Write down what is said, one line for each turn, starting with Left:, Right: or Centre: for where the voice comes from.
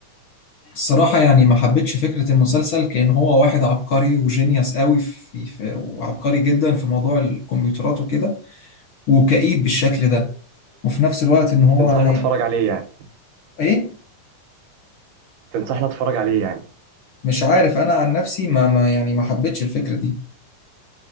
Left: الصراحة يعني ما حبيتش فكرة المسلسل كأن هو واحد عبقري وجينيوس قوي في... في... وعبقري جدا في موضوع الكمبيوترات وكده وكئيب بالشكل ده وفي نفس الوقت إن هو
Right: تنصحنا اتفرج عليه يعني
Left: إيه
Right: تنصحنا
Left: يعني
Right: اتفرج عليه يعني
Left: مش عارف أنا عن نفسي ما, ما يعني ما حبيتش الفكرة دي